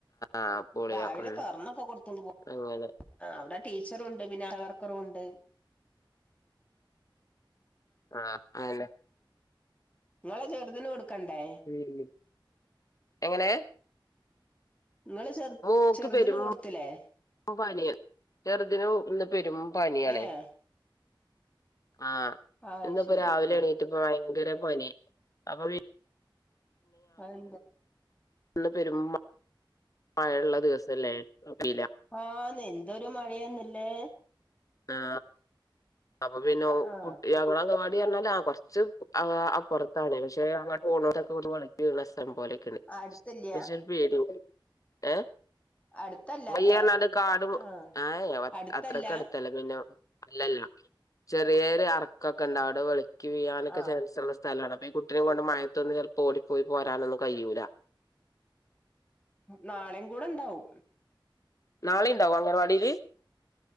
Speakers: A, on the left; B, on the left.
A: ആഹ് പോളിയോ
B: രാവിലെ
A: ഉം
B: തറന്നൊക്കെ കൊടുത്തോണ്ട് പോ
A: അങ്ങനെ
B: ആ അവിടെ ടീച്ചറുണ്ട് ബന വർക്കറുണ്ട്
A: ആ അെ
B: നിങ്ങളെ ചെറുതിന്െ കൊടുക്കണ്ടേ
A: ഉം. എങ്ങനെ
B: നിങ്ങള് ചെറു
A: മോക്ക്
B: ചെറുതന്
A: പെരും
B: കൊടുത്തില്ലേ
A: പനിയാണ് ചെറുതിന് ഇന്ന് പെരും പനിയണേ
B: ഏഹ്
A: ആഹ
B: അയ്
A: ഇന്നിപ്പോ
B: ശരി
A: രാവിലെ
B: ആഹ്
A: എണീട്ട ഇപ്പ ഭയങ്കര പനെ അപ്പൊ
B: അേ
A: ഒ പെരുമ്പ മഴള്ള ദിവസല്ലേ അറിയില്ല
B: ആഹ് എന്തൊരു മഴയൊന്നില്ലേ
A: ആ അപ്പൊ പിന്നെ
B: ആഹ്
A: കുട്ടി അങ്ങ അംഗവാടി പറഞ്ഞാലേ കൊറച്ച്റത്ത് പക്ഷെ അങ്ങ ഓണൊക്കെ വളക്കണ സ്ലം പോലൊക്കെയാണ്
B: അടുത്തില്ല
A: പക്ഷെ പേട ഏ
B: അടുത്തല്ല
A: വയ്യറനാട്
B: അല്ലേ
A: കാട്
B: ആഹ്
A: ഏ
B: അടുത്തല്ല
A: അത്രക്കെ എടുത്തല്ല പിന്നെ അല്ലല്ല ചെറിയൊരു അറക്കൊക്കെ ഉണ്ട് അവിടെ വെളിക്ക് വീ്യാനൊക്കെ
B: ആഹ്
A: ചാൻസള്ള സ്ഥലാണ് അപ്പ ഈ കുട്ടിനെ കൊണ്ട് മഴയത്തൊന്ന് ചെറപ്പോ ഓടിപ്പോയി പോരാനൊന്ന കഴൂല്ല
B: നാളെയും കൂടെ ഇണ്ടാവും
A: നളെയുംണ്ടാക അങ്ങരു വാടൽ